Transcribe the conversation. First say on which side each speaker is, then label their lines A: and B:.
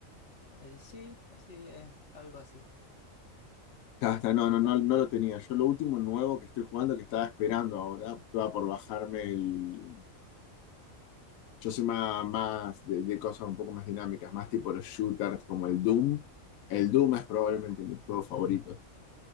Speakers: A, on the left (about 60°); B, on the left (about 80°).
A: Eh, sí, sí, es algo así.
B: Ya está, no,
A: Está,
B: no, no, no lo tenía. Yo lo último nuevo que estoy jugando, que estaba esperando ahora, estaba por bajarme el... Yo soy más, más de, de cosas un poco más dinámicas, más tipo los shooters como el Doom. El Doom es probablemente mi juego favorito.